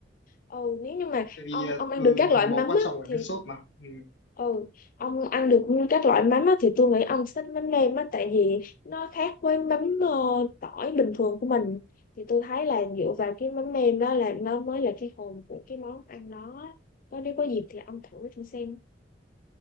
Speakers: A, on the left; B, on the left.
A: ừ nếu như mà
B: Tại vì
A: ông
B: ờ,
A: ông ăn
B: ừ,
A: được các loại
B: một món
A: mắm
B: quan
A: á
B: trọng của
A: thì
B: nước sốt mà. Ừ.
A: ừ ông ăn được các loại mắm á thì tôi nghĩ ông thích mắm nêm á tại vì nó khác với mắm ờ, tỏi bình thường của mình thì tôi thấy là dựa vào cái mắm nêm đó là nó mới là cái hồn của cái món ăn đó Có nếu có dịp thì ông thử thử xem